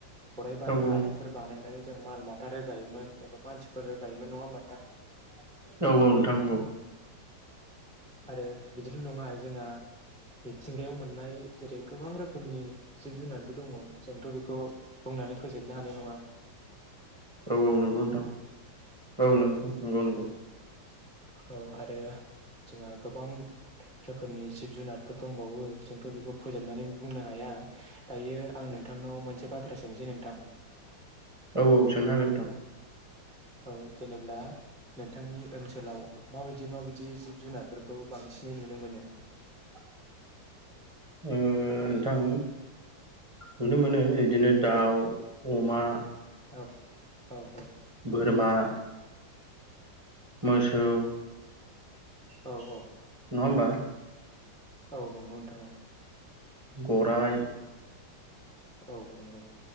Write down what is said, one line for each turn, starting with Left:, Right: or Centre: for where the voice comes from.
Centre: गराइ
Right: सोंनो हागोन
Centre: गारिफोर बानायनाय जों माल माथा रोगायोमोन एबा मानसिफोर रोगायोमोन नङा होमबा नोंथां
Right: औ औ नोंथां नांगौ
Centre: आरो बिदिल' नङा जोंहा मिथिंगायाव मोननाय जेरै गोबां रोखोमनि जिब जुनारबो दङ जोंथ' बेखौ बुं बुंनानै फोजोबनो हानाय नङा
Right: औ औ नंगौ नोंथां औ नोंथां नंगौ नंगौ
Centre: औ आरो जोंहा गोबां रोखोमनि जिब जुनारफोर दंबावो जोंथ' बेखौ फोजोबनानैबो बुंनो हाया दायो आं नोंथांनाव मोनसे बाथ्रा सोंसै नोंथां
Right: औ औ सोंनो हागोन
Centre: औ जेनेब्ला नोंथांनि ओनसोलाव माबायदि माबायदि जिब जुनारफोरखौ बांसिनै नुनो मोनो?
Right: <unintelligible> ओम नोंथां नुनो मोनो
Centre: औ
Right: बिदिनो दाउ अमा
Centre: औ औ औ
Right: बोरमा मोसौ
Centre: औ औ
Right: नङा होनबा
Centre: औ नंगौ नोंथां औ
Right: गराइ
Centre: औ नंगौ